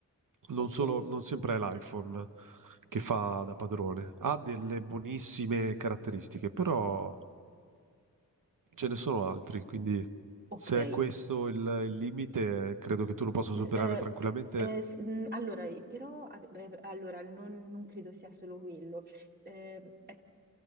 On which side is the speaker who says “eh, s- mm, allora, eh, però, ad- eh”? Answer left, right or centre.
Right